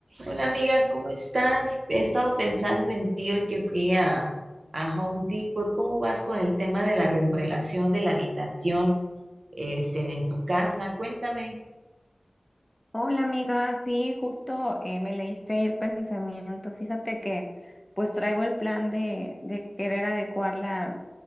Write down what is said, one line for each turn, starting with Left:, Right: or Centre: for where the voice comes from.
Right: Hola amiga, ¿cómo estás? He estado pensando en ti hoy que fui a, a Home Depot. ¿Cómo vas con el tema de la remodelación de la habitación este, en, en tu casa? Cuéntame.
Left: Hola amiga, sí, justo eh, me leíste el pensamiento. Fíjate que pues traigo el plan de, de querer adecuar la,